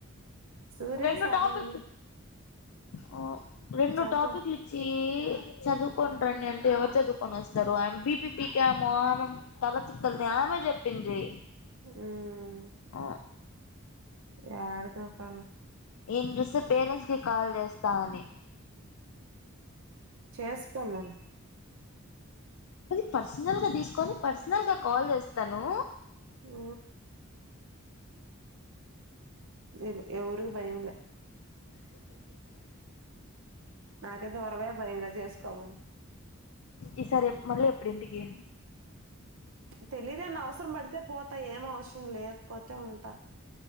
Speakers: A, on the right; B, on the left.
A: సూర్య
B: రేడు
A: సార్ని
B: టపిక్ వో రెండు
A: చంప
B: టాపిక్లూచి చదువుకుని రండి అంటే ఎవరు చదువుకొని వస్తారు బిపీపీకి ఏమోమె తల తిక్కలిది ఆమె చెప్పింది
A: అమ్మ్
B: ఆ
A: యాడ దొపల
B: ఇయని చూస్తే పేరెంట్స్ కి కాల్ చేస్తాని
A: చేసుకోమను
B: అది పర్సనల్గా తీసుకొని పర్సనల్ గా కాల్ చేస్తాను
A: ఆ లేదు ఎవరు భయంలే నాకైతే వరవే భయంలె చేసుకోమను
B: ఈసారి మళ్ళీ ఎప్పుడి ఇంటికి
A: తెలిదు ఏం అవసరం పడితే పోతా ఏం అవసరం లేకపోతే ఉంటా